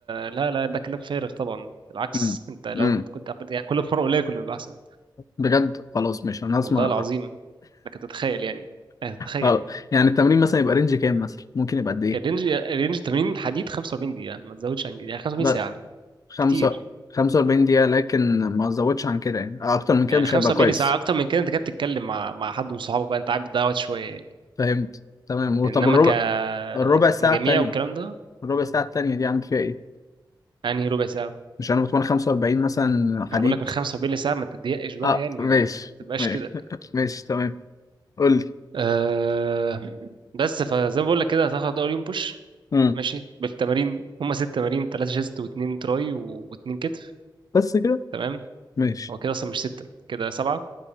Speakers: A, on the right; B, on the left.
A: لا لا ده كلام فارغ طبعا بالعكس
B: امم
A: انت لو
B: امم
A: كنت عملت يعني كل مرة قليل كل ما يبقى احسن
B: بجد خلاص مش انا هسمع
A: والله العظيم لك تتخيل يعني آه، تتخيل
B: خلاص. يعني التمرين مثلا يبقى رينج كام مثلا ممكن يبقى قد ايه
A: الرينج الرينج 80 حديد 45 دقيقة ما تزودش عن كده يعني 45
B: بس
A: ساعة
B: خمسة
A: كتير
B: 45 دقيقه لكن ما ازودش عن كده يعني اكتر من كده
A: يعني
B: مش
A: 75
B: هيبقى كويس
A: ساعة أكتر من كده أنت كده بتتكلم مع مع حد من صحابك بقى أنت قاعد بتضيع وقت شوية يعني
B: فهمت تمام وطب
A: إنما
B: الربع
A: كمجاميع
B: الربع ساعه التانيه
A: والكلام ده
B: الربع ساعه التانيه دي عامل فيها ايه
A: أنهي ربع ساعة
B: مش انا بتمرن 45 مثلا حديد
A: أنا بقول لك من 45 ساعة ما تضيقش بقى
B: اه
A: يعني ما,
B: ماشي
A: ما تبقاش
B: ماشي
A: كده
B: <laughs> ماشي تمام قول لي
A: أه بس فزي ما بقول لك كده هتاخد أول يوم بوش
B: امم
A: ماشي بالتمارين هما ست تمارين تلاتة شيست واتنين تراي و- واتنين كتف
B: بس كده
A: تمام
B: ماشي
A: هو كده أصلا مش ستة كده سبعة